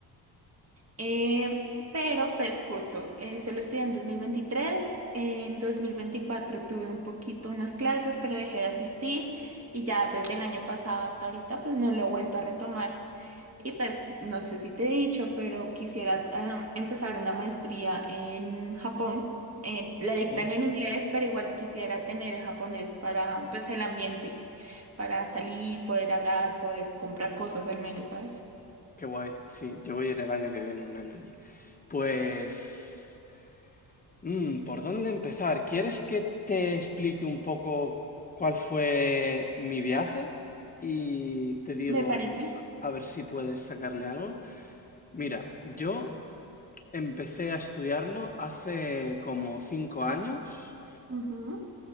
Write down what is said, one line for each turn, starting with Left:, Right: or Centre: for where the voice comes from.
Right: Eh, pero pues justo, eh, solo estudié en dos mil veintitrés en 2024 tuve un poquito unas clases, pero dejé de asistir y ya desde el año pasado hasta ahorita pues no lo he vuelto a retomar. Y pues no sé si te he dicho, pero quisiera ah, empezar una maestría en Japón. Eh, la dictan
Left: Oh,
Right: en inglés, pero igual quisiera tener el japonés para pues el ambiente, para salir, poder hablar, poder comprar cosas al menos, ¿sabes?
Left: qué guay. Sí, yo voy a ir el año que viene, un año allí. Pues, mm, ¿por dónde empezar? ¿Quieres que te explique un poco cuál fue mi viaje? Y te digo,
Right: Me parece.
Left: a, a ver si puedes sacarle algo. Mira, yo empecé a estudiarlo hace como cinco años.
Right: Ujú.